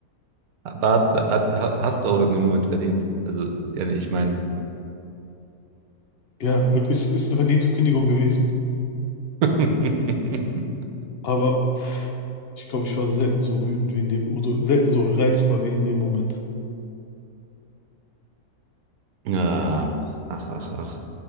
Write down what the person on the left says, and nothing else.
Ja, es ist, ist eine verdiente Kündigung gewesen,
aber pff, ich glaube, ich war selten so wütend wie in dem, oder selten so reizbar wie in dem Moment.